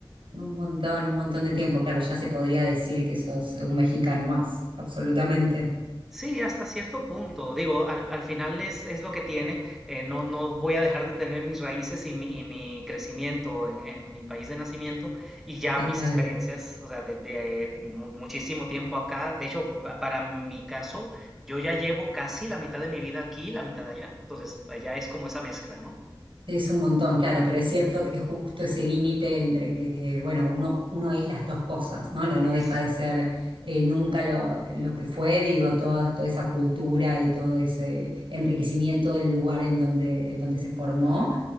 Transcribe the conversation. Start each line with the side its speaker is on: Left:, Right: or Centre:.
Right: Un montón, un montón de tiempo. Claro, ya se podría decir que sos un mexicano más, absolutamente.
Centre: Sí, hasta cierto punto. Digo, al, al final es, es lo que tiene. eh, no, no voy a dejar de tener mis raíces y mi, y mi crecimiento en, en mi país de nacimiento y ya
Right: Total.
Centre: mis experiencias, o sea, desde mu- muchísimo tiempo acá. De hecho, pa- para mi caso, yo ya llevo casi la mitad de mi vida aquí y la mitad allá. Entonces, allá es como esa mezcla, ¿no?
Right: Es un montón, claro, pero es cierto que justo ese límite entre que, bueno, uno, uno es las dos cosas, ¿no? No, no
Centre: Eso,
Right: deja de ser eh, nunca lo, lo que fue, digo, toda, toda esa cultura y todo ese enriquecimiento del lugar en donde, en donde se formó.